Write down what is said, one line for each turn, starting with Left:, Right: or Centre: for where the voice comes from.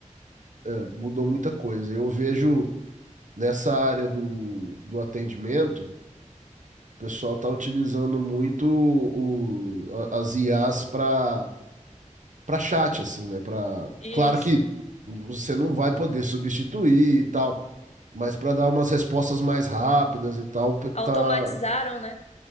Right: é, mudou muita coisa. Eu vejo nessa área do, do atendimento, o pessoal está utilizando muito o, a- as IAs para para chat, assim, né? Para,
Left: Isso.
Right: claro que você não vai poder substituir e tal, mas para dar umas respostas mais rápidas e tal,
Left: Automatizaram,
Right: tá,
Left: né?